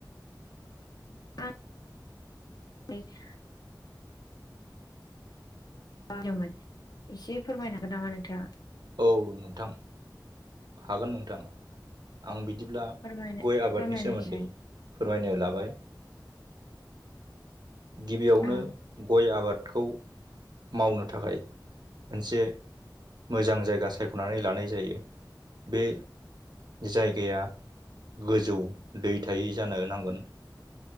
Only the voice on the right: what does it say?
औ नोंथां हागोन नोंथां। आं बिदि बिदिब्ला
गय आबादनि
सोमोन्दै फोरमायनो लाबाय गिबियावनो
गय आबाद खौ मावनो थाखाय मोनसे मोजां जायगा सायख'नानै लानाय जायो। बे जायगाया गोजौ दै थायै जानो नांगोन।